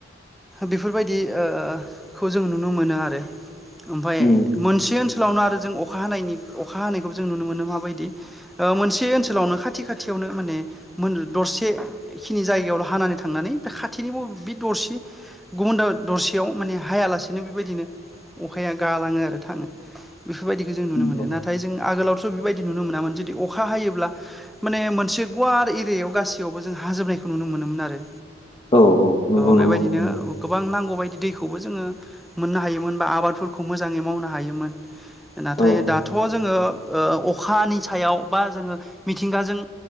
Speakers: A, in the centre; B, on the left (about 30°).
A: बेफोरबायदिखौ जों नुनो मोनो आरो ओमफाय
B: उम
A: मोनसे स्कुलावनो आरो जों अखा हानायनि अखा हानायखौबो जों नुनो मोनो माबायदि? मोनसे ओनसोलावनो खाथि खाथियावनो माने दरसे खिनि जायगायाव' हानानै थांनानै बे खाथिनिबो बे दरसे गुबुन द दरसेयाव माने हायालासेनो बेबायदिनो अखाया गालाङो आरो थाङो। बेफोरबायदिखौ जों नुनो
B: नंगौ
A: मोनो नाथाय जों आगोलावथ' बेबायदि नुनो मोनामोन जुदि अखा हायोब्ला माने मोनसे गुवार एरियायाव गासैयावबो जों हाजोबनायखौ नुनो मोनोमोन आरो।
B: औ औ नंगौ
A: बेबायदिनो
B: नंगौ नंगौ.
A: औ गोबां नांगौबायदि दैखौबो जोङो मोननो हायोमोन बा आबादफोरखौ मोजाङै मावनो हायोमोन। नाथाय
B: औ
A: दाथ' जोङो ओ अखानि सायाव बा जोङो मिथिंगाजों